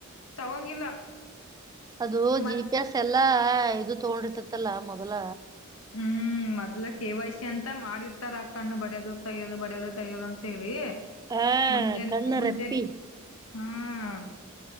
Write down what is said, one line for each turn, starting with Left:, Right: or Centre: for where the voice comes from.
Left: ತಗೊಂಗಿಲ್ಲ
Right: ಅದು ಜಿ
Left: ಮತ್
Right: ಪಿ ಎಸ್ ಎಲ್ಲಾ ಇದು ತಗೊಂಡಿರ್ತತ್ತಲ್ಲಾ ಮೊದಲ
Left: ಹ್ಮ್ ಮೊದ್ಲ ಕೆವೈ ಸಿ ಅಂತ ಮಾಡಿರ್ತಾರ ಆ ಕಣ್ಣ ಬಡ್ಯೋ ತಗಿಯೋದು ಬಡ ಡದ ತಗೋದ ಅಂತ ಹೇಳಿ
Right: ಹಾ
Left: ಮುಂಜಾನ
Right: ಕಣ್ಣು
Left: ಮುಂಜಾನ
Right: ರೆಪ್ಪಿ
Left: ಹ್ಮ್